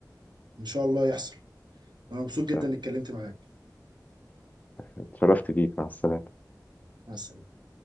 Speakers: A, on the right (about 85°); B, on the left (about 20°).
A: ان شاء الله يحصل انا مبسوط جدا
B: تمام
A: اني اتكلمت معاك
B: اتشرفت بيك مع السلامة
A: مع السلامة